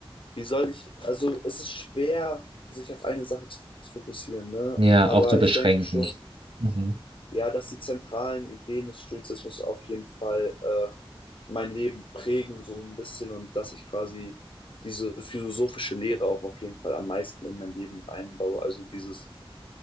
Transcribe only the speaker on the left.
Wie soll ich, also es ist schwer, sich auf eine Sache zu fokussieren, ne?
Aber
ich denke schon,
ja, dass die zentralen Ideen des Stoizismus auf jeden Fall äh, mein Leben prägen, so ein bisschen, und dass ich quasi diese philosophische Lehre auch auf jeden Fall am meisten in mein Leben mit einbaue. Also dieses